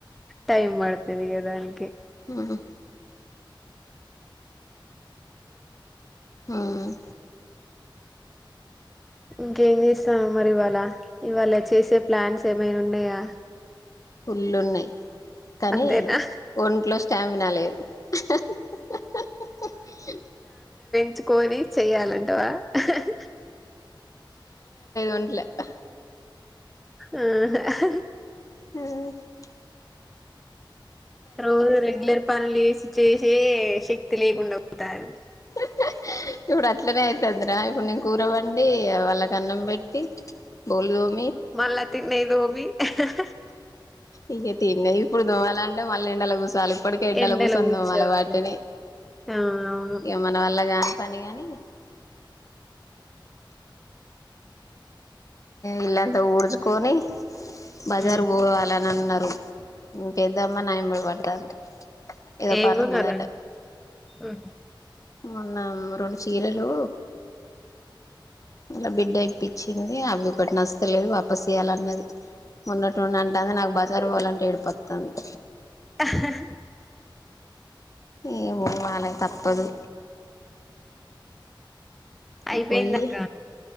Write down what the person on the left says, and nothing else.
మ్మ్ ఉమ్మ్
పుల్ లునయి కానీ
ఒంట్లో స్టామినా లేదు అహహ్ ఆహ్ ఆహ్ ఆహ్ అహ్
ఒంట్లే అహ్
హ వ్ <unintelligible>
ఆ హ్ ఇప్పుడు అట్లనే అయితాంద్ రా ఇప్పుడు నేను కూరవండి వాళ్ళకి అన్నం పెట్టి బోలు తోమ్
ఇగే తిన్నయి ఇప్పుడు దోమాలంటే మళ్ళ ఎండల గుసాలిప్ ఇప్పటికే ఎండల
కూసోన్
దోమాల వాటిని
ఇగ మన వల్ల గా పనిగాని ఇల్లంతా ఊడ్చుకొని బజార్
పోవాల అన్నారు ఊ పెద్దమ్మ నయంబడి పడతాంది ఏదో
పని ఉన్నదట
మొన్న అమ్ రొండు చీరాలు వాళ్ళ బిడ్డ ఇయిప్పిచింది అవి ఒకటి నచ్ తలేదు వాపస్ ఇయాలన్నది మోన్నటుండి అంటాంది నాకు బజారు పోవాలంటే ఏడ్ పతాంది
ఏమో వాల్ <unintelligible> తప్పదు
పోయి